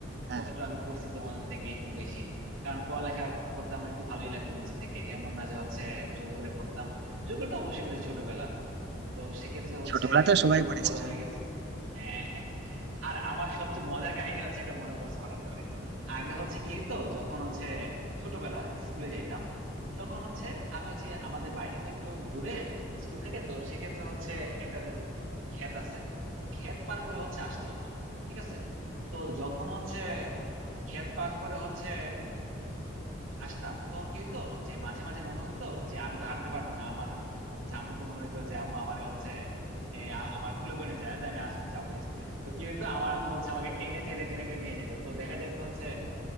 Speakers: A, on the right; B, on the right.
A: হ্যাঁ
B: কষ্ট আমি করছি তোমাদের থেকে একটু বেশি কারণ পড়ালেখা করতে আমার একটু ভালোই লাগতো নিজে থেকে এমন না যে হচ্ছে জোর করে পড়তাম জোর করে তো অবশ্যই পড়েছি ছোটবেলা তো সেক্ষেত্রে হচ্ছে
A: ছোটবেলাতে সবাই
B: যখন
A: পড়েছে
B: বড় হয়ে গেছে হ্যাঁ হ্যাঁ আর আমার সবচেয়ে মজার কাহিনী হচ্ছে একটা মনে পড়ছে হঠাৎ করে আগে হচ্ছে কি হইতো যখন হচ্ছে ছোটবেলা স্কুলে যাইতাম তখন হচ্ছে আমি হচ্ছে আমাদের বাড়িটা তো একটু দূরে স্কুল থেকে তো সেক্ষেত্রে হচ্ছে একটা ক্ষেত আছে তো ক্ষেত পার করে হচ্ছে আসতে হতো ঠিক আছে তো যখন হচ্ছে ক্ষেত পার করে হচ্ছে আসতাম তখন কি হইতো যে মাঝে মাঝে মনে হইতো যে আমি তো হাঁটতে পারবো না আমার হচ্ছে আম্মুকে মনে হইতো যে আম্মু আমার হচ্ছে এ, আ- আমার কুলে করে নিয়ে যায় নাহলে তো আমি আসবো যাবো না স্কুলে তো কি হইতো আমার আম্মু হচ্ছে আমাকে টেনে টেনে টেনে টেনে নিয়ে যেত তো দেখা যেত হচ্ছে